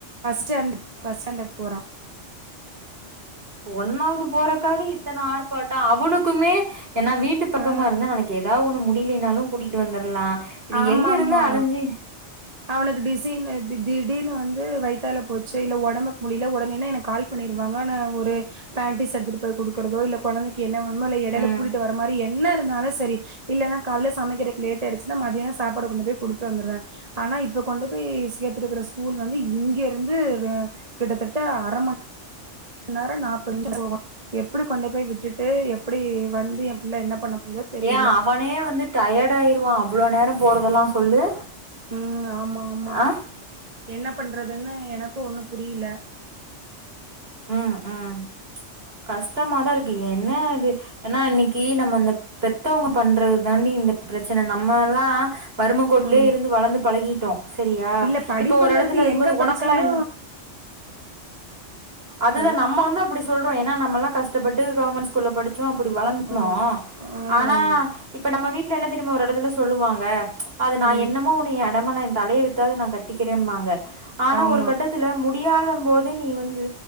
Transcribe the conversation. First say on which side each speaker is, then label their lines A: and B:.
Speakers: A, on the right; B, on the right.
A: ச்சு ஃபர்ஸ்ட் ஸ்டாண்டர்ட் போறா
B: ஒன்னாவது போறக்காடி இத்தன ஆர்ப்பாட்ட அவனுக்குமே என்னா வீட்டு பக்கமா
A: ஆ
B: இருந்தா நாளைக்கு எதா ஒன்னு முடி லினாலு கூட்டி ட்டு வந்துர்லா இது
A: ஆமா
B: எங்க இருந்து
A: ஆமா
B: அலஞ்சு
A: அவனுக்கு டிசினு திடீர்னு வந்து வைத்தால போச்சு இல்ல ஒடம்புக்கு முடில உடனேன எனக்கு கால் பண்ணிருவாங்க நா ஒரு பேண்டீஸ் எடுத்துட்டு போய் குடுக்கறதோ இல்ல கொழந்தைக்கு என்ன எடைல
B: ம்
A: கூட்டிட்டு வர மாறி என் என்ன இருந்தாலு சரி இல்லன்னா கால்லே சமக்கிறக்கு லேட் ஆயிடுச்சுன்னா மதியான சாப்பாடு கொண்டு போய் குடித்துட்டு வந்துருவே ஆனா இப்ப கொண்டு போய் சேத்துருக்கற ஸ்கூல் வந்து இங்க இருந்து கிட்டத்தட்ட அரமண் நேர நாப்பது நிமிஷம் போகு எப்புடி கொண்டு போய் விட்டுட்டு எப்டி வந்து எ புள்ள என்ன பண்ண போதோ தெரியல
B: ஏ அவனே வந்து டயர்ட் ஆயிருவா இவ்ளோ நேர போறதல்லா சொல்லு
A: ம் ஆமா ஆமா
B: ஆ
A: என்ன பண்றத் துன்னு எனக்கு ஒன்னு புரிய்ல
B: ம் ம் கஸ்ட்டமாதா இருக்கு என்ன இது ஏன்னா இன்னிக்கி நம்ம அந்த இந்த பெத்தவ்ங்க பண்றது தாண்டி இந்த ப்ரச்சன நம்மல்லா வருமக்கோட்லயே
A: ம்
B: இருந்து வளர்ந்து பழகிட்டோ சரியா
A: இல்ல படிப்புங்கிறது
B: இப்ப ஒரு எடத்துல இருக்கும்போது
A: எங்க படிச்சாலு
B: ஒனக்குலா என்ன அதுதா
A: இப்ப
B: நம்ம வந்து அப்டி சொல் ப்போ ஏன்னா நம்மல்லா கஸ்ட்டப்பட்டு கவ்மண்ட் ஸ்கூல்ல படி சோ அப்புடி வளர்ந்தோ
A: ம் ம்
B: ஆனா இப்ப நம்ம வீட் என்ன தெரியுமோ ஒரு எடத்துல சொல்லுவாங்க அது நா
A: ம்
B: என்னமோ உன்னிய அடமனன் தலைய வித்தாவ்து நா கட்டிக்கிறேம்பாங்க ஆனா
A: ஆமா
B: ஒரு கட்டத்துல முடியாத கும் போது நீ வந்து